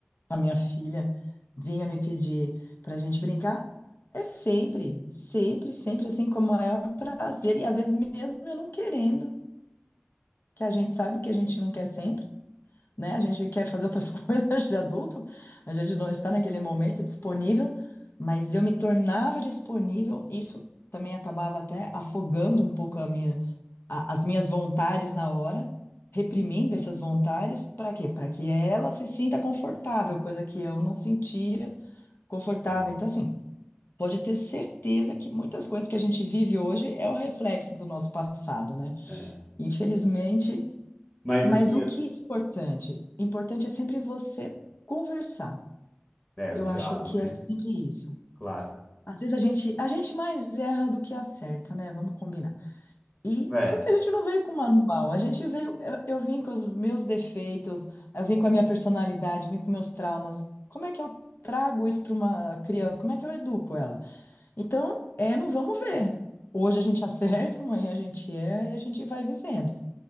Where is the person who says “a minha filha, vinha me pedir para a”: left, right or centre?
Left